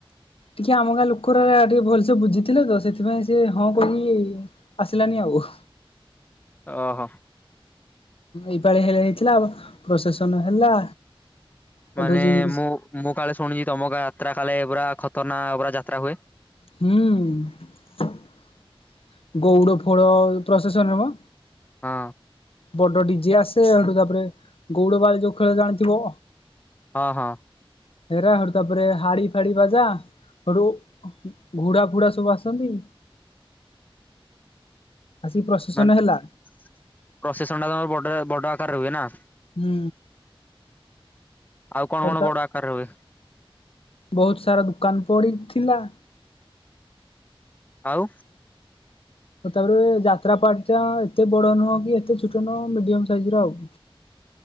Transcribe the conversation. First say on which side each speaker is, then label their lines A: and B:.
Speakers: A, on the left; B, on the left.
A: ଟିକେ ଆମ ଗାଁ ଲୋକରା ଟିକେ ଭଲସେ ବୁଝିଥିଲେ ତ ସେଥିପାଇଁ ସେ ହଁ କହିକି ଆସିଲାନି ଆଉ।
B: ଓହୋ।
A: ଏଇପାଳି ହେ ହେଇଥିଲା ପ୍ରସେସନ ହେଲା। ପଠଉ
B: ମାନେ
A: ଯେମିତି
B: ମୁଁ ମୁଁ କାଳେ ଶୁଣିୁଛି ତମ ଗାଁ ଯାତ୍ରା କାଳେ ପୁରା ଖତର୍ନାକ ପୁରା ଯାତ୍ରା ହୁଏ।
A: ହୁଁ। ଗଉଡ ଫଉଡ ପ୍ରସେସନ ନୁହେଁ ମ
B: ହଁ।
A: ବଡ ଡିଜେ ଆସେ ହେଟୁ ତାପରେ ଗଉଡ ବାଡି ଯଉ ଖେଳ ଜାଣିଥିବ
B: ହଁ ହଁ।
A: ହେରା ହେଟୁ ତାପରେ ହାଡି ଫାଡି ବାଜା ହେଠୁ ଘୋଡା ଫୁଡା ସବୁ ଆସନ୍ତି। ଆସିକି ପ୍ରସେସନ
B: ମାନ୍
A: ହେଲା
B: ପ୍ରସେସନ ଟା ତମର ବଡ ବଡ ଆକାରରେ ହୁଏ ନା?
A: ହୁଁ।
B: ଆଉ କଣ
A: ପଡପା
B: କଣ ବଡ ଆକାରରେ ହୁଏ?
A: ବହୁତ ସାରା ଦୁକାନ ପଡିଥିଲା।
B: ଆଉ।
A: ତାପରେ ଯାତ୍ରା ପାଟି ଟା ଏତେ ବଡ ନୁହଁ କି ଏତେ ଛୋଟ ନୁହଁ ମିଡିୟମ ସାଇଜ ର ଆଉ।